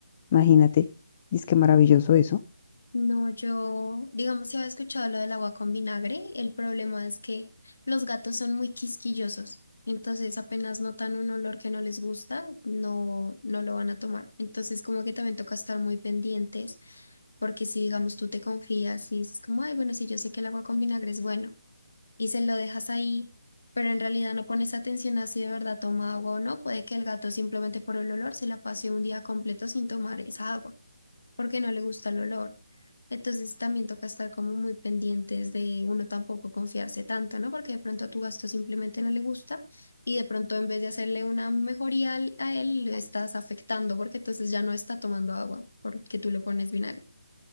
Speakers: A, on the left (about 30°); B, on the left (about 75°).
A: imagínate, es que maravilloso eso.
B: No, yo, digamos, si había escuchado lo del agua con vinagre, el problema es que los gatos son muy quisquillosos, entonces apenas notan un olor que no les gusta, no, no lo van a tomar. Entonces como que también toca estar muy pendientes, porque si digamos tú te confías y es como, ay, bueno, si yo sé que el agua con vinagre es bueno y se lo dejas ahí, pero en realidad no pones atención a si de verdad toma agua o no, puede que el gato simplemente por el olor se la pase un día completo sin tomar esa agua porque no le gusta el olor. Entonces también toca estar como muy pendientes de uno tampoco confiarse tanto, ¿no? Porque de pronto a tu gasto simplemente no le gusta y de pronto en vez de hacerle una mejoría al- a él, le estás afectando porque entonces ya no está tomando agua porque tú le pones vinagre.